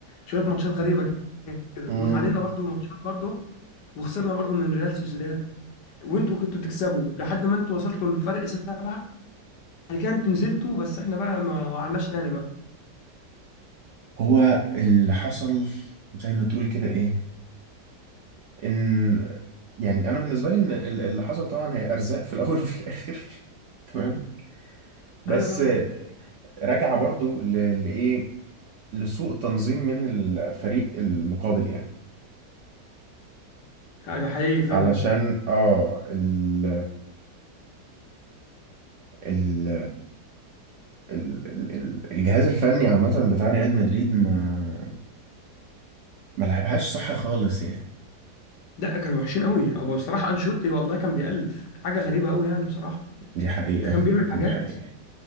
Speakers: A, on the left; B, on the right.
A: شويه ماتشات غريبه كده
B: امم
A: وتعادلنا برضو ماتشات برضو وخسرنا برضو من ريال سوسيداد وانتوا كنتوا بتكسبوا لحد ما انتوا وصلتوا للفرق سبعة بعد كده انتوا نزلتوا بس احنا بقى ما وقعناش تاني بقى
B: هو اللي حصل زي ما تقول كده ايه ان يعني انا بالنسبه لي ان ال- اللي حصل طبعا هي ارزاق في الاول <laughs> وفي الاخر تمام بس
A: ايوه طبعا
B: رجع برضو ل- لايه لسوء تنظيم من الفريق المقابل يعني
A: حاجة حقيقي فعلا
B: علشان اه ال ال ال ال- الجهاز الفني عامه بتاع ريال مدريد ما ما لعبهاش صح خالص يعني
A: لا كانوا وحشين قوي ابو بصراحة انشيلوتي والله كان بيألف حاجة غريبة قوي يعني بصراحة
B: دي حقيقه
A: ده كان بيعمل
B: دي
A: حاجات
B: حقيقه